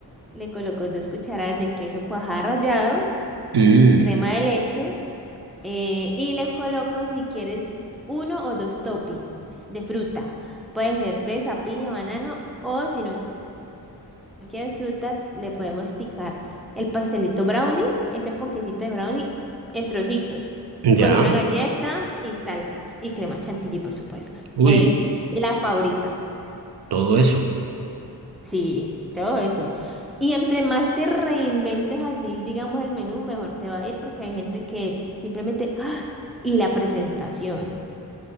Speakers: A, in the centre; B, on the right.
A: le coloco dos cucharadas de queso cuajada rallado
B: Mm,
A: crema de leche eh, y le coloco si quieres uno o dos toppings de fruta. Puede ser fresa, piña, banano o si no quieres fruta le podemos picar el pastelito brownie, ese ponquecito de brownie en trocitos
B: Ya,
A: con una galleta y salsas y crema chantilly por supuesto.
B: uy,
A: Es la favorita.
B: todo eso,
A: Sí, todo eso. Y entre más te reinventes así, digamos, el menú, mejor te va a ir porque hay gente que simplemente, ¡ah! Y la presentación.